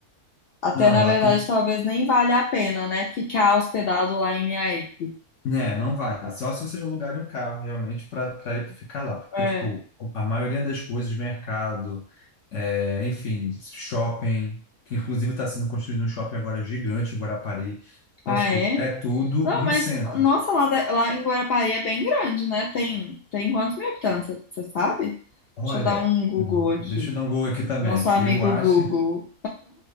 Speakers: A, on the left; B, on the left.
A: Até
B: Não,
A: na
B: lá
A: verdade,
B: tem.
A: talvez nem valha a pena, né, ficar hospedado lá em Miaípe.
B: né não vale. Só se vocês alugarem um carro realmente para ir ficar lá. Porque,
A: É.
B: tipo, a maioria das coisas, mercado, é, enfim, shopping, que inclusive está sendo construído um shopping agora gigante em Guarapari. Então,
A: Ah,
B: tipo,
A: é?
B: é tudo
A: Não,
B: no
A: mas,
B: centro.
A: nossa, lá, da- lá em Guarapari é bem grande, né? Tem, tem quantos mil habitantes, você sabe?
B: Olha,
A: Deixa eu dar um Google
B: hum,
A: aqui.
B: deixa eu dar um Google aqui também.
A: Nosso amigo
B: Eu acho,
A: Google.